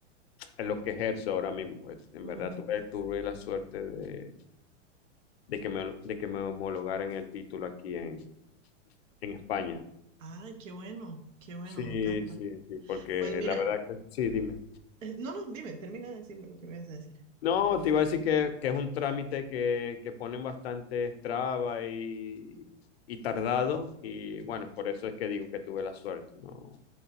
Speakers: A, on the left (about 55°); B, on the right (about 80°).
A: es lo que ejerzo ahora mismo. pues. en
B: Ujú.
A: verdad tuve, tuve la suerte de, de que me, de que me homologaran el título aquí en, en España.
B: Ay, qué bueno, qué bueno,
A: Sí,
B: me encanta.
A: sí, sí, porque
B: Pues mira,
A: la verdad que sí, dime.
B: eh, no, no, dime, termina de decirme lo que me vas a decir.
A: No, te iba a decir que, que es un trámite que, que ponen bastante trabas y, y tardado. Y bueno, por eso es que digo que tuve la suerte, ¿no?